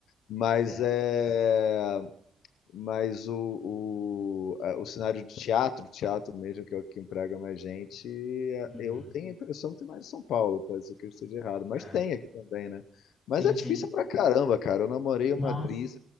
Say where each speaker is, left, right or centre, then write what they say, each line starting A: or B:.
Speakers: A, on the left; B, on the left.
A: mas
B: certo.
A: é, mas o, o, a- o cenário de teatro, teatro mesmo, que é o que emprega mais gente, é,
B: Uhum.
A: eu tenho a impressão que tem mais em São Paulo, pode ser que eu esteja errado, mas
B: É.
A: tem aqui também, né?
B: Sim,
A: Mas é
B: sim.
A: difícil pra caramba, cara, eu namorei
B: Nossa.
A: uma atriz,